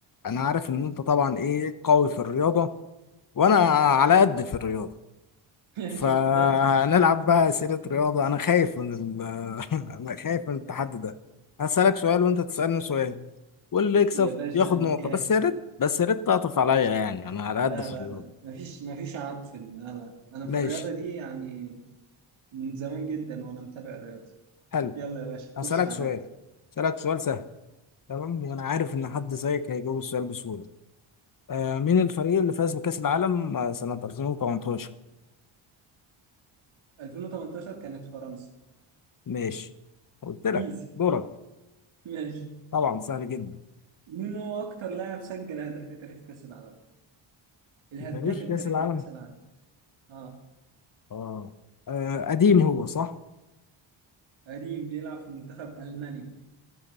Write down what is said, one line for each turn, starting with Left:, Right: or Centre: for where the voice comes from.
Left: انا عارف ان انت طبعا ايه قوي في الرياضة وانا على قد في الرياضة
Right: <laughs>
Left: فهنلعب
Right: شفت بقى
Left: بقى اسئلة رياضة انا خايف من ال... <laughs> انا خايف من التحدي ده هسألك سؤال وانت تسألني سؤال واللي يكسب
Right: يا باشا
Left: ياخد
Right: انا
Left: نقطة
Right: جاهز
Left: بس يا ريت بس يا ريت تعطف عليا يعني انا على
Right: لا
Left: قد في
Right: لا
Left: الرياضة
Right: لا مفيش مفيش عطف لا لا انا
Left: ماشي
Right: في الرياضه دي يعني من زمان جدا وانا متابع رياضه
Left: حلو
Right: يلا يا باشا
Left: هسألك
Right: خش عليا
Left: سؤال هسألك سؤال سهل تمام وانا عارف ان حد زيك هيجاوب السؤال بسهولة آه مين الفريق اللي فاز بكأس العالم آه، سنة 2018
Right: 2018 كانت فرنسا
Left: ماشي قلت لك
Right: ايزي
Left: دورك
Right: ماشي
Left: طبعا سهل جدا
Right: مين هو اكتر لاعب سجل اهداف في تاريخ كاس العالم الهداف
Left: في تاريخ
Right: التاريخي
Left: كأس العالم
Right: لكاس العالم اه
Left: اه آه، قديم هو صح؟
Right: قديم بيلعب في منتخب المانيا